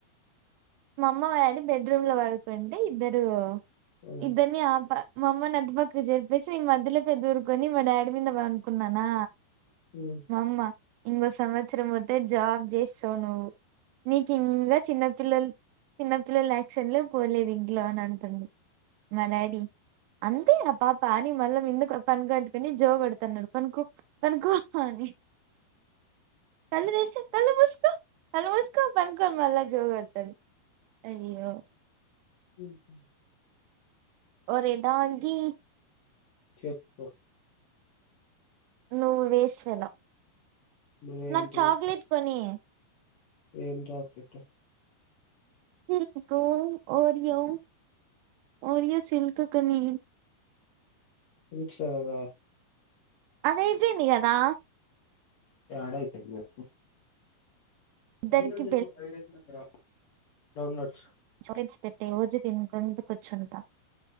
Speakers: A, on the right; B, on the left.
A: మా అమ్మ వాడి బెడ్రూమ్ లో పడుకుంటే ఇద్దరు
B: ఆ,
A: ఇద్దరిని ఆప మా అమ్మ నటుపక్క జరపేసి ఈ మధ్యలో పెద్ద దొరుకుని మా డాడీ మీద పానుకున్నానా
B: ఉమ్,
A: మా అమ్మ ఇంకో సంవత్సరం వతే జాబ్ చేస్తావు నువ్వు నీకు ఇంకా చిన్నపిల్లలు చిన్నపిల్లలు ల్యాక్క్షన్లే పోలేదు ఇంట్లో అని అంటుంది మా డాడీ అంతేనా పాప అని మళ్ళీ మీందుకు పను కట్టుకుని జో కొడుతున్నాడు పనుకు పనుకోని కళ్ళ దేశ కళ్ళు ముస్కు కళ్ ముస్కు పంకొ మళ్ళ జోగడతది అయ్యో
B: ఓహో
A: ఓరెంటా వానికి
B: చెప్పు
A: నువ్వు వేస్ట్ ఫెలో
B: నువ్వేంటి
A: నాకు చాక్లెట్ కొని
B: ఏం చాక్లెట్
A: సల్కు ఓరియో ఓరియో సల్క్ కొని
B: ఈట్డ్స్ ఎలాగా
A: ఆది అయిపోయింది కదా
B: యాడ అయిపోయింది చెప్పు
A: ఇద్దరికి
B: డౌన్లోడ్ <unintelligible> డౌన్లోడ్స్
A: చకెట్స్ పెట్టి రోజు తినుకంటకొచుంటా